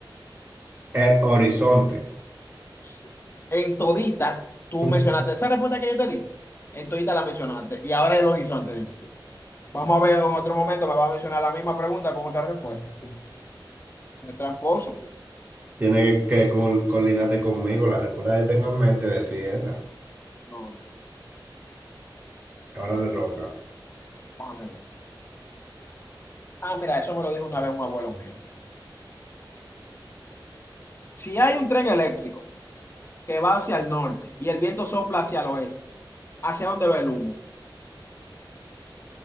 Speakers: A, on the right (about 30°); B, on the left (about 30°).
A: El horizonte.
B: Psst. En todita, tú
A: <laughs>
B: mencionaste esa respuesta que yo te di. En todita la mencionaste. Y ahora el horizonte. dije. Vamos a ver, en otro momento me va a mencionar la misma pregunta con otra respuesta. El tramposo.
A: Tiene que, que col- coordinarte conmigo. La respuesta que tengo en mente decía esa.
B: No,
A: Ahora te toca.
B: déjame ver. Ah, mira, eso me lo dijo una vez un abuelo mío. Si hay un tren eléctrico que va hacia el norte y el viento sopla hacia el oeste. ¿Hacia dónde va el humo?